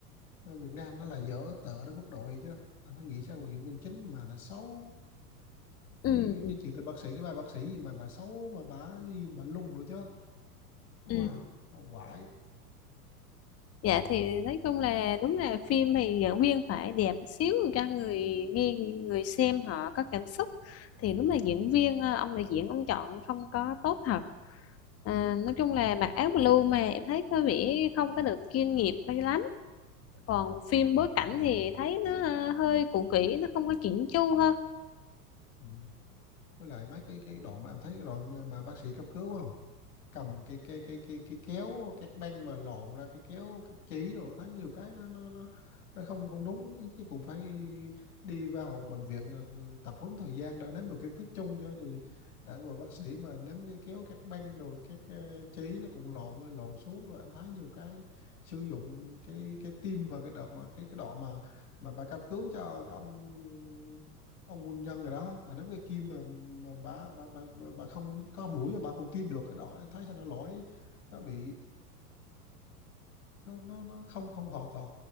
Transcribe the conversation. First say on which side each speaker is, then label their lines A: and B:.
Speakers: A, on the left (about 70°); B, on the left (about 30°).
A: ờ, Việt Nam nó là dở tợ đến mức độ vậy chứ anh thấy nghĩ sao mà diễn viên chính mà nó xấu
B: Ừ,
A: cái, cái, cái chuyện tên bác sĩ cái bà bác sĩ gì mà bà xấu mà bà gì mà bà lung nữa chứ
B: ừ.
A: wow quải
B: Dạ thì nói chung là đúng là phim thì diễn viên phải đẹp xíu cho người nghe người xem họ có cảm xúc thì đúng là diễn viên ờ, ông đạo diễn ông chọn không có tốt thật à, nói chung
A: ừ,
B: là mặc áo blue mà em thấy có vẻ không có được chuyên nghiệp đây lắm còn phim bối cảnh
A: ừ,
B: thì thấy nó ờ, hơi cũ kỹ nó không có chỉnh chu hơn
A: ừ. với lại mấy cái cái đoạn mà em thấy cái đoạn ờ, mà bác sĩ cấp cứu không cầm cái cái cái cái cái kéo các băng mà lộn ra cái kéo cái chỉ đồ thấy nhiều cái nó nó nó nó không không đúng ý chứ cũng phải đi vào bệnh viện ờ, ờ, tập huấn thời gian đã nắm được kiến thức chung cho thì đã vừa bác sĩ mà nắm cái kéo các băng rồi các ờ, chỉ nó cũng lộn lên lộn xuống rồi anh thấy nhiều cái sử dụng cái cái tim mà cái đợt mà cái cái đoạn mà mà bà cấp cứu cho cái ông ông quân nhân rồi đó bà nắm cái kim mà, mà bà, bà, bà bà bà không có mũi mà bà còn tiêm được cái đó thấy sao nó lỗi nó bị nó nó, nó không không hợp thật